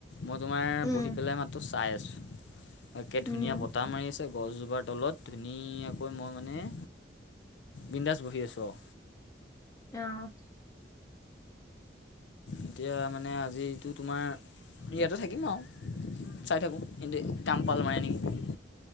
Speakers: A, on the left (about 80°); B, on the left (about 20°).
A: মই তোমাৰ
B: উম
A: বহি পেলাই মাতটো চাই আছোঁ একে ধুনীয়া
B: উম
A: বতাহ মাৰি গছজোপাৰ তলত ধুনীয়াকৈ মই মানে বিন্দাজ বহি আছোঁ আৰু।
B: অ'।
A: এতিয়া মানে আজি তোমাৰ ইয়াতে থাকিম আৰু। চাই থাকো এন্তে কামম্পাল মাৰে নেকি।